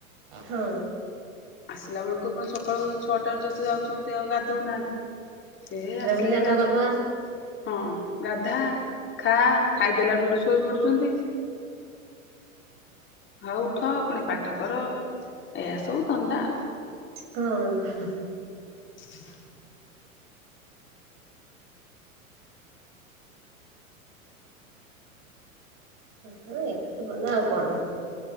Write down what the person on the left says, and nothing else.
ଆସିଲା ବେଳକୁ ପୁଣି ସକାଳୁ ଛଅଟା ରୁ ଯେହେତୁ ଯାଉଛନ୍ତି ଆଉ ଗାଧୋଉନାହାନ୍ତି ସେ
ଆସିଲେ
ଗାଧା
ହଁ ଗାଧା ଖା ଖାଇଦେଲାଠୁ ହେଟୁ ଶୋଇ ପଡୁଛନ୍ତି। ହେ ଉଠ ପୁଣି ପାଠ କର ଏଇଆ ସବୁ ଧନ୍ଦା ଆଉ।
<inaudible>